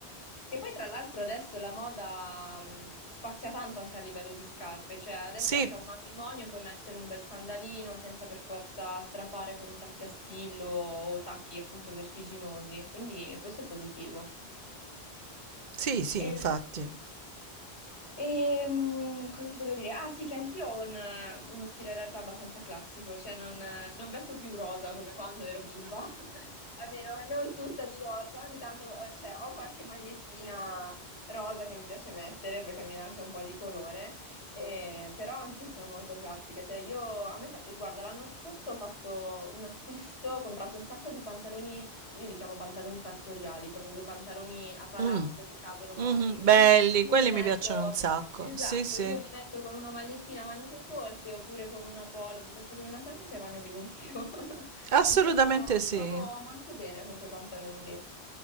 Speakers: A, on the left; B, on the right.
A: Che poi tra l'altro adesso la moda mh, spazia tanto anche a livello di scarpe, cioè adesso
B: Sì,
A: anche a un matrimonio puoi mettere un bel sandalino senza per forza strafare con i tacchi a spillo o tacchi appunto vertiginosi, quindi questo è positivo.
B: sì, sì,
A: E,
B: infatti.
A: e, mm, cosa ti volevo dire? Ah sì, che anch'io ho un, eh, uno stile in realtà abbastanza classico, cioè non, eh, non vesto più rosa come quando ero bimba, <laughs> almeno non tutta di rosa, ogni tanto eh, cioè, ho qualche magliettina rosa che mi piace mettere perché mi dà anche un po' di colore, eh, però anch'io sono molto classica, cioè io, a me, eh, guarda, l'anno scorso ho fatto un acquisto, ho comprato un sacco di pantaloni, io li chiamo pantaloni sartoriali, proprio quei pantaloni a palazzo
B: Mm,
A: che cadono morbidi.
B: mhm, belli,
A: Io
B: quelli
A: li metto,
B: mi piacciono un sacco.
A: Esatto,
B: Sì, sì.
A: io li metto con una magliettina a maniche corte oppure con una polo piuttosto che una camicia e vanno benissimo. <laughs>
B: Assolutamente
A: Mi trovo, mi
B: sì.
A: trovo molto bene con quei pantaloni lì.